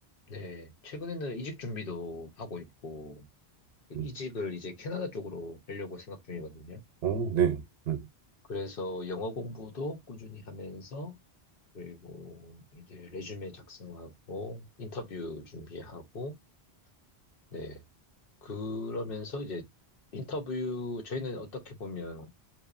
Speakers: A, on the left; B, on the right.
A: 네, 최근에는 이직 준비도 하고 있고, 이직을
B: 음.
A: 이제 캐나다 쪽으로 하려고 생각 중이거든요.
B: 어, 네. 음.
A: 그래서 영어 공부도 꾸준히 하면서, 그리고 이제 레주메 작성하고, 인터뷰 준비하고, 네, 그러면서 이제 인터뷰, 저희는 어떻게 보면